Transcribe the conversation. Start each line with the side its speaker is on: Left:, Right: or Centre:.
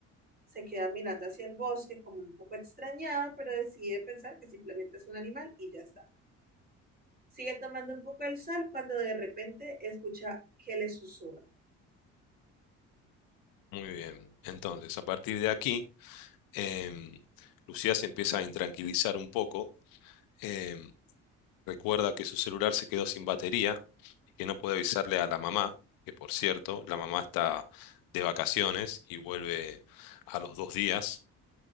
Right: Se queda mirando hacia el bosque como un poco extrañada, pero decide pensar que simplemente es un animal y ya está. Sigue tomando un poco el sol cuando de repente escucha que le susurran.
Left: muy bien. Entonces, a partir de aquí... Em, Lucía se empieza a intranquilizar un poco. em, recuerda que su celular se quedó sin batería y que no puede avisarle a la mamá, que por cierto, la mamá está de vacaciones y vuelve a los dos días.